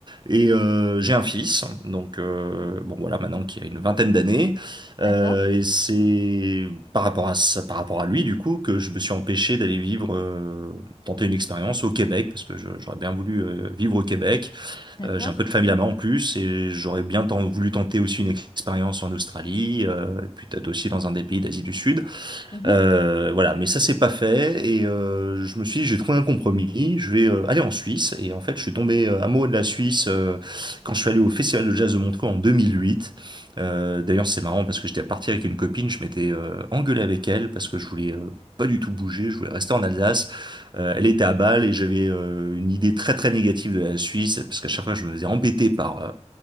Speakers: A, on the right; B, on the left.
A: Et euh, j'ai un fils, donc euh, bon voilà, maintenant qui a une vingtaine d'années. Euh,
B: d'accord.
A: et c'est par rapport à ça, par rapport à lui, du coup, que je me suis empêché d'aller vivre, euh, tenter une expérience au Québec, parce que je- j'aurais bien voulu euh, vivre au Québec.
B: D'accord.
A: Euh, j'ai un peu de famille là-bas en plus, et j'aurais bien tant- voulu tenter aussi une expérience en Australie, euh, puis peut-être aussi dans un des pays d'Asie du Sud.
B: Mhm.
A: Euh, voilà, mais ça c'est pas fait et euh, je me suis dit, j'ai trouvé un compromis, je vais euh, aller en Suisse et en fait je suis tombé euh, amoureux de la Suisse euh, quand je suis allé au Festival de Jazz de Montreux en 2008. Euh, d'ailleurs c'est marrant parce que j'étais parti avec une copine, je m'étais euh, engueulé avec elle parce que je voulais euh, pas du tout bouger, je voulais rester en Alsace. Euh, elle était à Bâle et j'avais euh, une idée très très négative de la Suisse parce qu'à chaque fois je me faisais embêter par, euh,